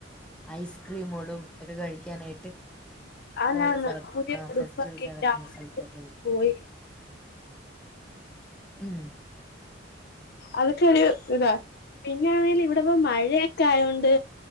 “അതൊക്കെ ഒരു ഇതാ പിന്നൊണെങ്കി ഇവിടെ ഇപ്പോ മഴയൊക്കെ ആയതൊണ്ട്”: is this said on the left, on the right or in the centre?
Left